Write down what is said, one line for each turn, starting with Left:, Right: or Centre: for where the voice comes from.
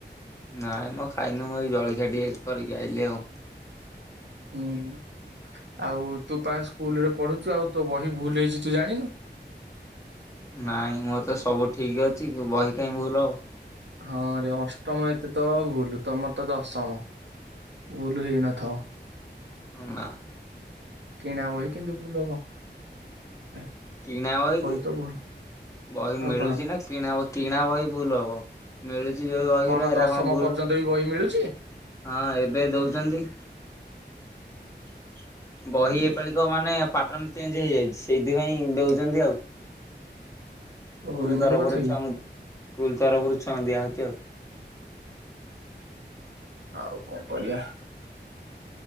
Left: ନାଇଁମ ଖାଇନୁ, ମୁଁ ଏଇ ଜଳିଖିଆ ଟିକେ କରିକି ଆଇଲିି ଆଉ
Right: ହୁଁ। ଆଉ ତୁ ପା ସ୍କୁଲରେ ପଢୁଛୁ ଆଉ ତୋ ବହି ଭୁଲ ହେଇଛି ତୁ ଜାଣିନୁ।
Left: ନାଇଁ ମୋର ତ ସବୁ ଠିକ ଅଛି, ବହି କାହିଁ ଭୁଲ ହବ
Right: ହଁରେ ଅଷ୍ଟମ ଏତେ ତ ଭୁଲ, ତମର ତ ଦଶମ ଭୁଲ ହେଇ ନଥାଉ।
Left: ନା।
Right: କିଣା ବହି <unintelligible> ଭୁଲ ହବ? ଏ,
Left: କିଣା ବହି କି,
Right: ତ ଭୁଲ
Left: ବହି
Right: ଆଉ
Left: ମିଳୁଚି
Right: କଣ
Left: ନା, କିଣା ବହି, କିଣା ବହି ଭୁଲ ହବ। ମିଳୁଛି ଯୋଉ ବହିର
Right: କଣ
Left: ହେରା
Right: ଦଶମ
Left: ଭୁଲ
Right: ପର୍ଯ୍ୟନ୍ତ ବି ବହି ମିଳୁ
Left: ହଁ ଏବେ ଦେଉଛନ୍ତି।
Right: <inaudible>
Left: ବହି
Right: ଭାଇରେ
Left: ଏପାଳିକ ମାନେ ପା ଚେଞ୍ଜ ହେଇଯାଇଛି ସେଇଥିପାଇଁ ଦଉଚନ୍ତି ଆଉ ସ୍କୁଲ
Right: ଓହୋ ଏମିତି
Left: ତରଫରୁ
Right: କଥା କି?
Left: ଛୁଆ ସ୍କୁଲ ତରଫରୁ ଛୁଆଁ ଦିଆହୋଉଛି ଆଉ
Right: ଆଉ କଣ କରିବା?